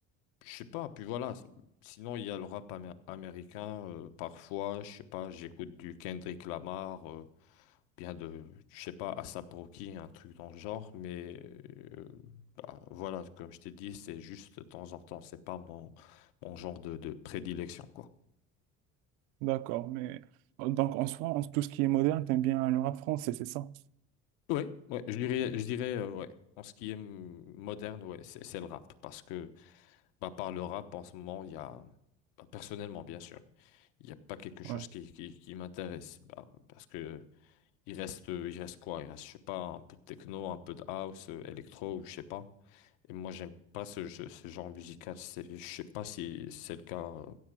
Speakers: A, on the left; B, on the right.
A: je sais pas, puis voilà, c'est- sinon il y a le rap amé- américain euh, parfois, je sais pas, j'écoute du Kendrick Lamar euh, bien de je sais pas ASAP Rocky, un truc dans le genre, mais euh, bah, voilà, comme je t'ai dit, c'est juste de temps en temps, c'est pas mon mon genre de, de prédilection quoi.
B: D'accord, mais euh, donc en soi, en- tout ce qui est moderne, t'aimes bien le rap français, c'est ça?
A: Ouais, ouais, je dirais je dirais euh, ouais, en ce qui est mm, moderne, ouais, c'est c'est le rap parce que Bah, par le rap, en ce moment, il y a, bah, personnellement, bien sûr, il n'y a pas quelque chose
B: Ouais.
A: qui, qui, qui m'intéresse. Bah, parce que il reste, euh, il reste quoi? Il reste, je sais pas, un peu de techno, un peu de house, euh, électro, ou je sais pas. Et moi, j'aime pas ce, ce, ce genre musical. C'est- Je sais pas si c'est le cas euh,